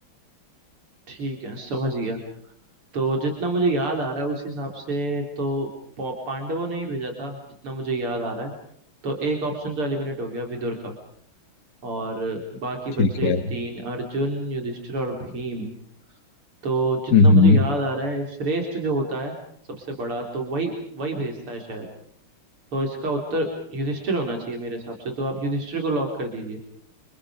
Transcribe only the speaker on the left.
ठीक है
हम्म
हम्म।